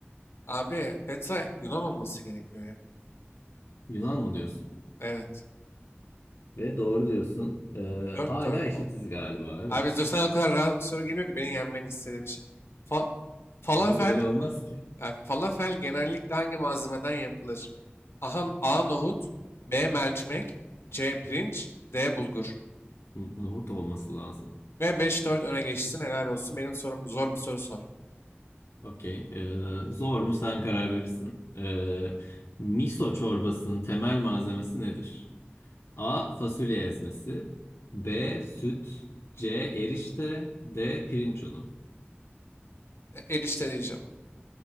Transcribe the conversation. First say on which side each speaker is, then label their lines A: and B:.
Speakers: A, on the left (about 70°); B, on the left (about 90°).
A: Abi Fetsa Yunan olması gerekiyor ya.
B: Yunan mı diyorsun?
A: Evet.
B: Ve doğru diyorsun. Ee,
A: dört
B: hala
A: dört
B: eşitiz
A: mu?
B: galiba evet.
A: Abi Zosa'dan o kadar rahat bir soru geliyor ki beni yenmeni istediğim için. Fa- falafel,
B: Ama böyle olmaz ki.
A: yani falafel genellikle hangi malzemeden yapılır? Aha, A. Nohut, B. Mercimek, C. Pirinç, D. Bulgur.
B: N- Nohut olması lazım.
A: Ve beş dört öne geçsin helal olsun. Benim sorum zor bir soru sor.
B: Okey. Ee, zor mu sen karar verirsin. Ee, miso çorbasının temel malzemesi nedir? A. Fasulye ezmesi. B. Süt. C. Erişte. D. Pirinç unu.
A: E, erişte diyeceğim.